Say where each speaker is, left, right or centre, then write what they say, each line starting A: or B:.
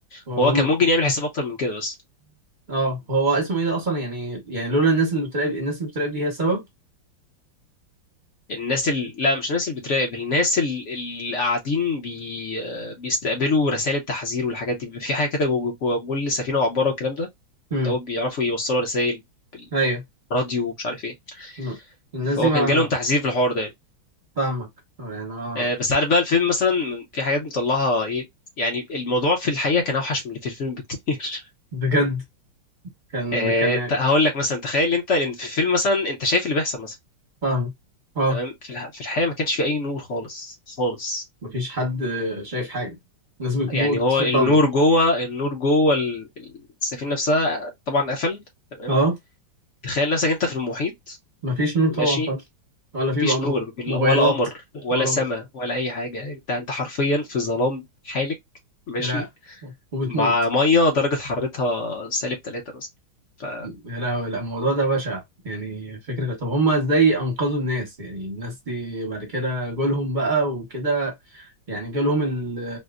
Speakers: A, on the right; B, on the left.
A: هم
B: فهو كان ممكن يعمل حساب اكتر من كده بس
A: اه هو اسمه ايه ده اصلا يعني يعني لولا الناس اللي بتراقب الناس اللي بتراقب دي هي السبب
B: الناس ال... لا مش الناس اللي بتراقب الناس ال- اللي قاعدين بي... آه، بيستقبلوا رسائل التحذير والحاجات دي في حاجه كده جوه جوه- جوه كل سفينه وعباره والكلام ده
A: امم
B: ده هو بيعرفوا يوصلوا رسائل
A: ايوه
B: بالراديو ومش عارف ايه
A: مم. الناس
B: فهو
A: دي ما
B: كان جالهم تحذير في الحوار ده
A: فاهمك آه، يعني اه
B: آه، بس عارف بقى الفيلم مثلا في حاجات مطلعها ايه يعني الموضوع في الحقيقه كان اوحش من اللي في الفيلم بكتير <laughs>
A: بجد كان
B: آه،
A: كان
B: ت- هقول لك مثلا تخيل انت لان في الفيلم مثلا انت شايف اللي بيحصل مثلا
A: فاهم اه
B: تمام في الح- في الحقيقه ما كانش في اي نور خالص خالص
A: مفيش حد شايف حاجه الناس بتموت
B: يعني هو
A: في
B: النور
A: الضلمه
B: جوه النور جوه ال- السفينه نفسها طبعا قفل تمام
A: اه
B: تخيل نفسك انت في المحيط
A: مفيش نور
B: ماشي
A: طبعا خالص ولا في
B: مفيش
A: بقى
B: نور
A: مو- موبايلات
B: ولا قمر ولا
A: ولا
B: سماء ولا اي حاجه انت انت حرفيا في ظلام حالك ماشي
A: لا وبتموت
B: مع ميه درجه حرارتها سالب 3 مثلا ف
A: يا لهوي لا، الموضوع ده بشع يعني فكرة طب هما ازاي انقذوا الناس يعني الناس دي بعد كده جولهم بقى وكده يعني جالهم ال-